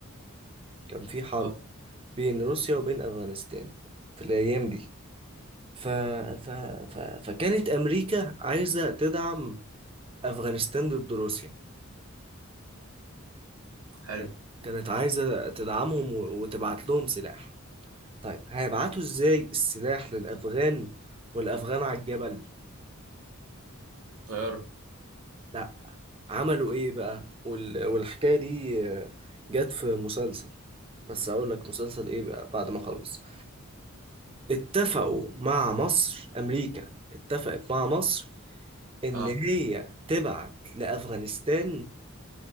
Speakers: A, on the right (about 25°); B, on the right (about 80°).
A: كان في حرب
B: اه
A: بين روسيا وبين أفغانستان في الأيام دي ف... ف... ف... فكانت أمريكا عايزة تدعم أفغانستان ضد روسيا
B: حلو
A: كانت كانت عايزة تدعمهم و... وتبعت لهم سلاح طيب هيبعتوا إزاي السلاح للأفغان والأفغان على الجبل؟
B: الطيارة
A: لا عملوا إيه بقى؟ وال... والحكاية دي آه، جت في مسلسل بس أقول لك مسلسل إيه بقى بعد ما أخلص اتفقوا مع مصر أمريكا اتفقت مع مصر إن
B: اه
A: هي تبعت لأفغانستان